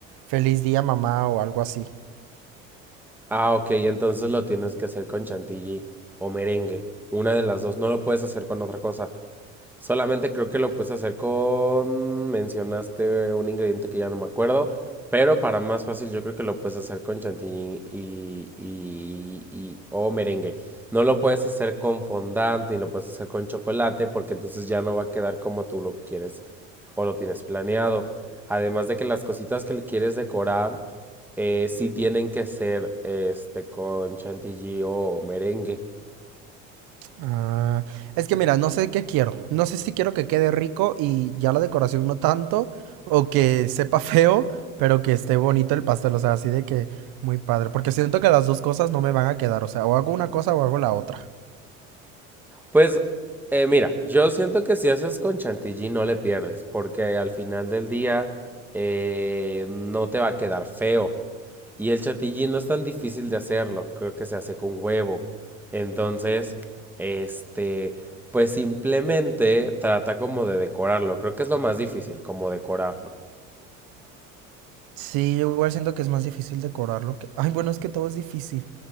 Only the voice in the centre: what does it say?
Ah, ok, entonces lo tienes que hacer con chantilly o merengue, una de las dos, no lo puedes hacer con otra cosa. Solamente creo que lo puedes hacer con... Mencionaste un ingrediente que ya no me acuerdo, pero para más fácil yo creo que lo puedes hacer con chantilly y, y, y- o merengue. No lo puedes hacer con fondant ni lo puedes hacer con chocolate porque entonces ya no va a quedar como tú lo quieres o lo tienes planeado. Además de que las cositas que le quieres decorar eh, sí tienen que ser este con chantilly o merengue.
Pues eh, mira, yo siento que si haces con chantilly no le pierdes, porque al final del día eh, no te va a quedar feo. Y el chantilly no es tan difícil de hacerlo, creo que se hace con huevo. Entonces, este, pues simplemente trata como de decorarlo, creo que es lo más difícil, como decorarlo.